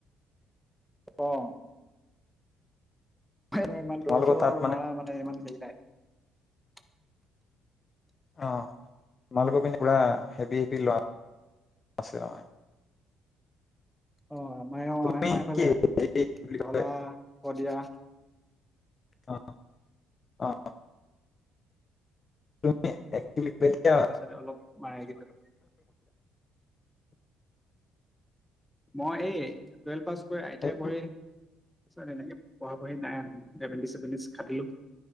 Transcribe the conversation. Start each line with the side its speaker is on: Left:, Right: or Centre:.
Centre: অঁ মই ইমান
Left: তোমালোকৰ
Centre: দূৰ চৰ
Left: তাত
Centre: মা মানে ইমান হেৰি নাই। <inaudible>
Left: অ তোমালোকৰ পিনে পুৰা হেভি হেভি লৰা আছে হয়।
Centre: অ আমাৰ অ
Left: তুমি
Centre: আমাৰ এইফালে
Left: কি হেৰি কি বুলি
Centre: ঢলা,
Left: কয়
Centre: শদিয়া,
Left: অ অ তুমি একত্ৰিত বেয়া
Centre: যাতে অলপ মাৰে <unintelligible> মই এই টুৱেলভ পাছ কৰি এইতয়া
Left: সেইটো
Centre: কৰিম পিছত এনেকে প়াঢ়ি নাই আৰু এপেণ্ডিছ চেপেণ্ডিছ খাটিলো